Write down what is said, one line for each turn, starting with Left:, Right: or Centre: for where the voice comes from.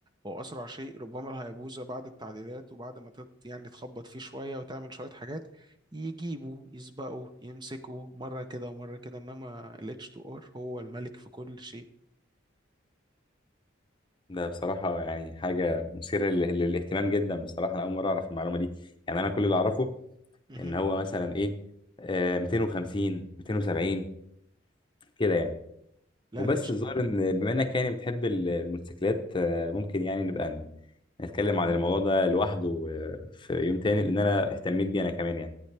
Right: هو اسرع شيء ربما الهيابوزا بعد التعديلات وبعد ما تت يعني تخبط فيه شويه وتعمل شويه حاجات يجيبوا يسبقوا يمسكوا مره كده ومره كده انما الاتش 2 ار هو الملك في كل شيء
Left: ده بصراحه يعني حاجه مثيره لل- للاهتمام جدا بصراحه انا اول مره اعرف المعلومه دي يعني انا كل اللي اعرفه
Right: مهم.
Left: ان هو مثلا ايه آه 250 270 كده يعني
Right: لا
Left: وبس
Right: الاتش
Left: الظاهر ان بما انك يعني بتحب ال- الموتوسيكلات آه، ممكن يعني نبقى نتكلم عن الموضوع ده لوحده آه، في يوم تاني لان انا اهتميت بيه انا كمان يعني